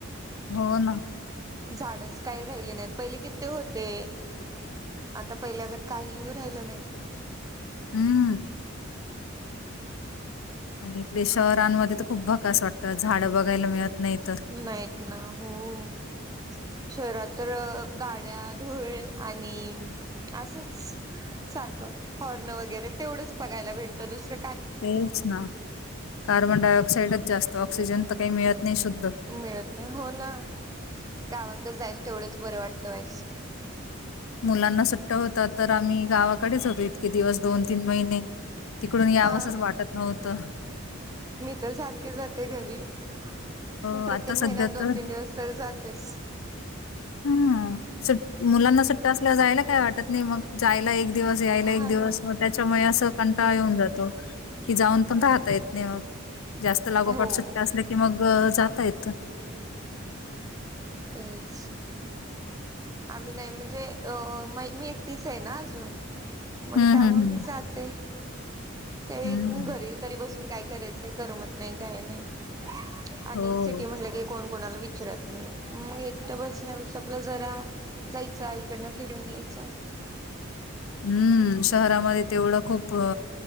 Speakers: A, on the left (about 75°); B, on the right (about 15°).
A: हो ना
B: झाडच काही राहिले नाहीत. पहिले किती होते आता पहिल्यागत काही राहिलं नाही‌.
A: हम्म आणि इकडे शहरांमध्ये तर खूप भकास वाटतं झाडं बघायला मिळत नाही तर
B: नाहीत ना हो. हो शहरात तर गाड्या धूळ आहे आणि असच सारखं हॉर्न वगैरे तेवढंच बघायला भेटतं दुसर
A: तेच ना. कार्बन डाय ऑक्साइडच जास्त ऑक्सिजन तर काही मिळत नाही शुद्ध
B: मिळत नाही हो ना. गावाकडे जाईल तेवढंच बरं वाटतं वाइच.
A: मुलांना सुट्टा होता तर आम्ही गावाकडेच होतो इतके दिवस दोन तीन महिने. तिकडून यावंसच
B: हा,
A: वाटत नव्हतं
B: मी तर सारखे जाते घर <unintelligible>
A: अ
B: प्रत्येक
A: आता सध्या
B: महिन्यात
A: तर
B: दोन तीन दिवस तर जा तेच
A: हं मुलांना सुट्ट्या असल्यावर जायला काय वाटत नाही. मग जायला एक दिवस यायला एक
B: हा
A: दिवस,
B: ना
A: मग त्याच्यामुळे असं कंटाळ येऊन जातो. कि जाऊन पण राहता येत नाही मग. जास्त लागोपाठ
B: हो
A: सुट्टा असल्या की मग जात ता येत.
B: तेच आम्ही नाही म्हणजे अ मी एकटीच आहे ना अजून मग
A: हं,
B: त्यामुळे
A: हं, हं.
B: मी जाते. काही
A: हं.
B: घरी तरी बसून काय करायचंय. करमत नाही, काय नाही. आणि
A: हो.
B: सिटी म्हटलं की कोण कोणाला विच विचरत नाही, मग एकट बसण्यापेक्षा आपला जरा जायचं आईकडनं फिरून यायचं.
A: हम्म. शहरामध्ये तेवढं खूप अ